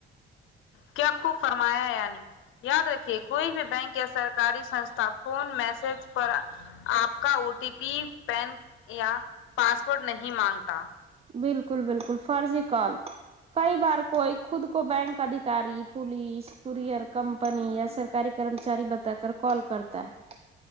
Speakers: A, on the left; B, on the right.
A: کیا خو فرمایا یعنی یاد رکھیے کوئی بھی بینک یا سرکاری سنستھا فون میسج پر آپ کا او ٹی پی پین یا پاسورڈ نہیں مانگتا
B: بالکل بالکل فرضی کال کئی بار کوئی خود کو بینک ادھیکاری پولیس کورئر کمپنی یا سرکاری کرمچاری بتا کر کال کرتا ہے